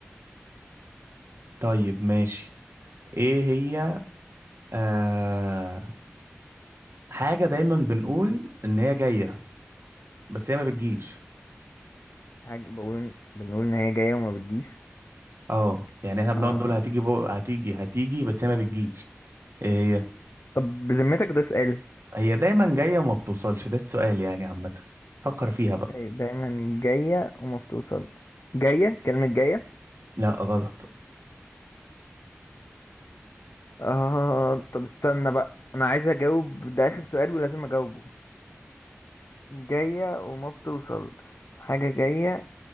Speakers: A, on the right (about 80°); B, on the left (about 70°).
A: طيب ماشي ايه هي آه حاجة دايما بنقول ان هي جاية بس هي ما بتجيش
B: حاجة بقول بنقول ان هي جاية وما بتجيش
A: اه يعني احنا بنقعد
B: آه
A: نقول هتيجي بو... هتيجي هتيجي بس هي ما بتجيش ايه هي
B: طب بذمتك ده سؤال
A: هي دايما جاية وما بتوصلش ده السؤال يعني عامة فكر فيها بقى
B: إيه، دايما جاية وما بتوصلش جاية كلمة جاية
A: لا غلط
B: آه طب استنى بقى انا عايز اجاوب ده اخر سؤال ولازم اجاوبه جاية وما بتوصلش حاجة جاية